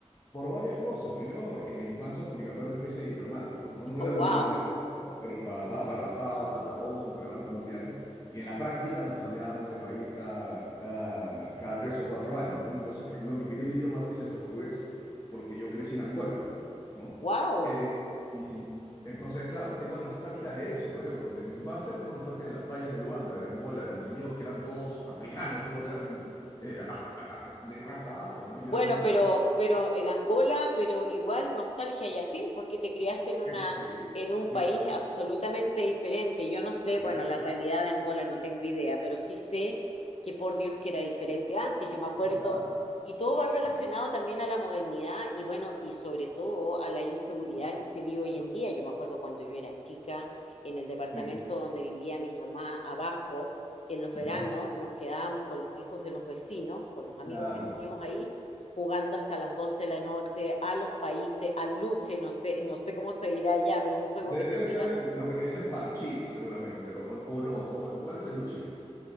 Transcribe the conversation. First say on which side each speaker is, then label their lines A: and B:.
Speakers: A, on the left; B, on the left.
A: por varias cosas. Primero, en la infancia, porque mi papá era una especie de diplomático, ¿no? No
B: Oh,
A: era
B: wow.
A: un diplomático oficial, pero trabajaba para la FAO, para la ONU, para el Banco Mundial. Y en la práctica nos cambiábamos de país cada, cada, cada tres o cuatro años, ¿no? Entonces, por ejemplo, mi primer idioma es el portugués, porque yo crecí en Angola, ¿no?
B: Wow.
A: Eh, y sí. Entonces, claro, tengo nostalgia de eso. Por ejemplo, de mi infancia tengo nostalgia de las playas de Luanda, de Angola, de mis amigos que eran todos africanos, todos eran eh, <laughs> de raza afro, ¿no? Yo
B: Bueno,
A: era el único,
B: pero, pero en Angola, pero igual nostalgia y al fin, porque te criaste en una,
A: Ex- Sí,
B: en un
A: sí,
B: país
A: claro.
B: absolutamente diferente. Yo no sé, bueno,
A: Sí,
B: la
A: sí,
B: realidad de Angola no tengo idea, pero sí sé que por Dios que era diferente antes. Yo me acuerdo,
A: sí, claro,
B: y todo va relacionado
A: claro.
B: también a la modernidad y bueno, y sobre todo a la inseguridad que se vive hoy en día. Yo me acuerdo cuando yo era chica, en el departamento
A: Sí,
B: donde vivía mi mamá, abajo, en los veranos,
A: ajá,
B: nos quedábamos con los hijos de los vecinos, con los amigos
A: claro.
B: que teníamos ahí jugando hasta las 12 de la noche, a los países, al luche, no sé, no sé cómo se dirá allá, pero es un juego
A: De-
B: que tú
A: debe
B: tiras.
A: ser lo que le dicen parchís, seguramente, o, o- o no. O, ¿cuál es el luche?